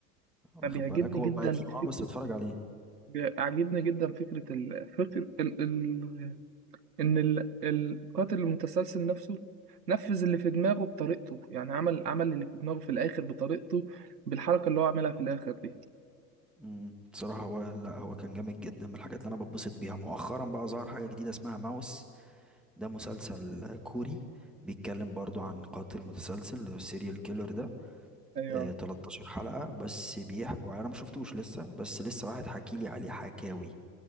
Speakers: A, in the centre; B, on the right (about 80°).
A: واخد
B: أنا بيعجبني
A: بالك هو
B: جدا
A: قديم اه
B: فكره
A: بس بتفرج عليه
B: بيعجبني جدا فكره ال... فكر ال... ال... ان ال... القاتل المتسلسل نفسه نفذ اللي في دماغه بطريقته يعني عمل عمل اللي في دماغه في الاخر بطريقته بالحركه اللي هو عملها في الاخر دي
A: امم بصراحه هو لا هو كان جامد جدا من الحاجات اللي انا بتبسط بيها مؤخرا بقى ظهر حاجه جديده اسمها ماوس ده مسلسل كوري بيتكلم برضو عن قاتل متسلسل اللي هو السيريال كيلر ده
B: ايوه
A: آه 13 حلقه بس بيحكوا انا ما شفتوش لسه بس لسه واحد حكي لي عليه حكاوي